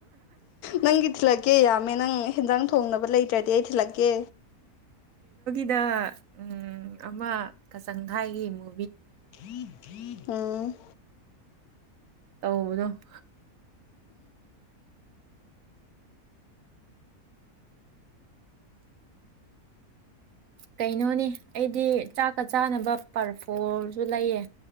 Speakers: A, on the left; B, on the right.
A: ꯅꯪꯒꯤ ꯊꯤꯜꯂꯛꯀꯦ ꯌꯥꯝꯃꯦ ꯅꯪ ꯍꯦꯟꯖꯥꯡ ꯊꯣꯡꯅꯕ ꯂꯩꯇ꯭ꯔꯗꯤ ꯑꯩ ꯊꯤꯜꯂꯛꯀꯦ
B: ꯗ ꯎꯝ ꯑꯃ ꯀꯆꯪ ꯊꯥꯏꯒꯤ ꯃꯨ
A: <unintelligible> ꯎꯝ
B: ꯇꯧꯕꯗꯣ ꯀꯩꯅꯣꯅꯤ ꯑꯩꯗꯤ ꯆꯥꯛꯀ ꯆꯥꯅꯕ ꯄꯔꯐꯣꯔꯁꯨ ꯂꯩꯌꯦ